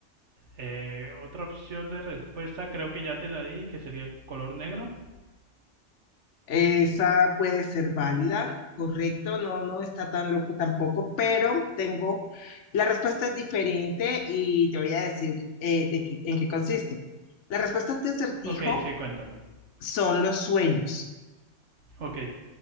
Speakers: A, on the right; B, on the left.
A: eh, otra opción de respuesta creo que ya te la di, que sería el color negro.
B: Esa puede ser válida, correcto, no, no está tan loco tampoco, pero tengo, la respuesta es diferente y te voy a decir eh, de qué- en qué consiste. Las respuestas de acertijo
A: Ok, sí, cuéntame.
B: son los sueños,
A: Ok,